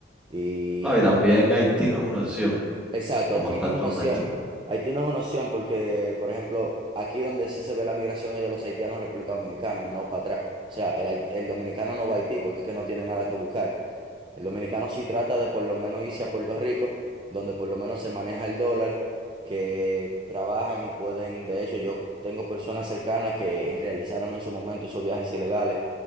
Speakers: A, on the right; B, in the centre.
A: Y
B: No, y también Haití no es una opción,
A: Exacto,
B: como
A: Haití
B: está
A: no
B: actualmente.
A: es una opción. Haití no es una opción porque, por ejemplo, aquí donde sí se ve la migración es de los haitianos a República Dominicana, no para atrás. O sea, el, hait- el dominicano no va a Haití porque es que no tiene nada que buscar. El dominicano sí trata de por lo menos irse a Puerto Rico, donde por lo menos se maneja el dólar, que trabajan y pueden, de hecho, yo tengo personas cercanas que realizaron en su momento esos viajes ilegales.